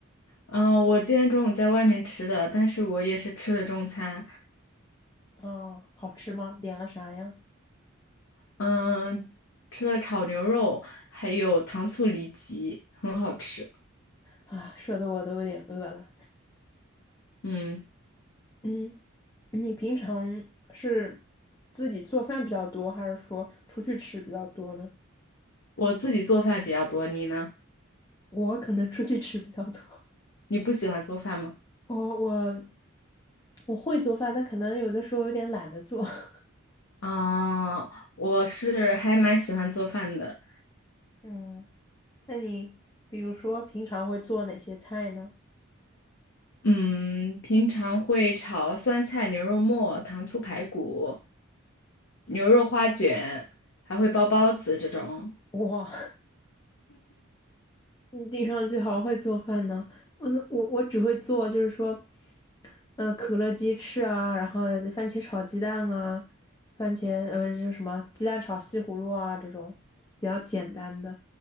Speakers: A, on the left; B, on the left.
A: 嗯、我今天中午在外面吃的，但是我也是吃的中餐，
B: 哦，好吃吗？点了啥呀？
A: 嗯、吃了炒牛肉，还有糖醋里脊，很好吃。
B: 啊，说的我都有点饿了。
A: 嗯，
B: 嗯，你平常是自己做饭比较多，还是说出去吃比较多呢？
A: 我自己做饭比较多，你呢？
B: 我可能出去吃比较多，
A: 你不喜欢做饭吗？
B: 我我我会做饭，但可能有的时候有点懒得做。<laughs>
A: 啊、我是还蛮喜欢做饭的，
B: 嗯，那你比如说平常会做哪些菜呢？
A: 嗯，平常会炒酸菜牛肉末、糖醋排骨、牛肉花卷，还会包包子这种。
B: 哇，<laughs> 你听上去好会做饭呢。嗯，那我我只会做就是说，呃，可乐鸡翅啊，然后番茄炒鸡蛋啊，番茄呃，就是什么鸡蛋炒西葫芦啊这种比较简单的。